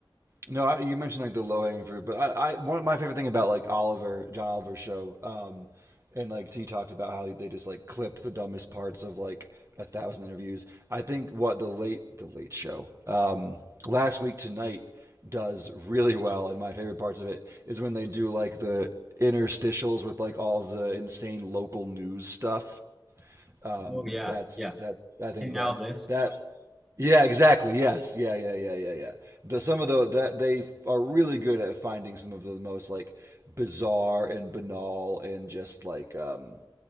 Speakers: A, on the right; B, in the centre.
A: No, I, you mentioned like the low hanging fruit, but I, I one of my favorite thing about like Oliver John Oliver's show, um, and like T talked about how they just like clip the dumbest parts of like a thousand interviews. I think what the late the late show um, last week tonight does really well, and my favorite parts of it is when they do like the interstitials with like all of the insane local news stuff um,
B: Oh yeah,
A: that's
B: yeah.
A: that. I think
B: And now
A: that
B: this,
A: that. Yeah, exactly. Yes. Yeah. Yeah. Yeah. Yeah. Yeah. The some of the that they are really good at finding some of the most like bizarre and banal and just like um,